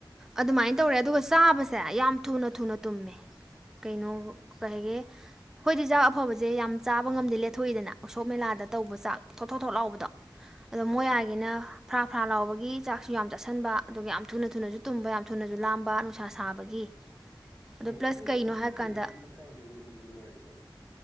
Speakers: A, in the centre; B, on the left.
A: ꯑꯗꯨꯃꯥꯏꯅ ꯇꯧꯔꯦ ꯑꯗꯨꯒ ꯆꯥꯕꯁꯦ ꯌꯥꯝ ꯊꯨꯅ ꯊꯨꯅ ꯇꯨꯝꯃꯦ ꯀꯩꯅꯣ ꯀꯩ ꯍꯥꯏꯒꯦ ꯍꯣꯏꯗꯤꯖꯥꯛ ꯑꯐꯕꯁꯦ ꯌꯥꯝ ꯆꯥꯕ ꯉꯝꯗꯦ ꯂꯦꯊꯣꯛꯏꯗꯅ ꯑꯁꯣꯞ ꯃꯦꯂꯥꯗ ꯇꯧꯕ ꯆꯥꯛ ꯊꯣꯊꯣꯛ ꯇꯣꯠ ꯂꯥꯎꯕꯗ ꯑꯗꯣ ꯃꯣꯏ
B: ꯑꯥ
A: ꯑꯒꯤꯅ ꯐꯔꯥ ꯐꯔꯥ ꯂꯥꯎꯕꯒꯤ ꯆꯥꯛꯁꯨ ꯌꯥꯝ ꯆꯥꯁꯤꯟꯕ ꯑꯗꯨꯒ ꯌꯥꯝ ꯊꯨꯅ ꯊꯨꯅꯁꯨ ꯇꯨꯝꯕ ꯌꯥꯝ ꯊꯨꯅꯁꯨ ꯂꯥꯝꯕ ꯅꯨꯡꯁꯥ ꯁꯥꯕꯒꯤ ꯑꯗꯣ
B: ꯑꯣ
A: ꯄ꯭ꯂꯁ
B: ꯑꯗꯨ
A: ꯀꯩꯅꯣ
B: ꯑꯗꯨꯗꯨꯅꯗꯤ
A: ꯍꯥꯏꯔꯀꯥꯟꯗ
B: ꯍꯛꯆꯥꯡꯗꯤ ꯑꯃꯨꯛ ꯅꯨꯡꯗꯤ ꯅꯨꯡꯉꯥꯏꯔꯤꯕ ꯄꯣꯠꯅꯤ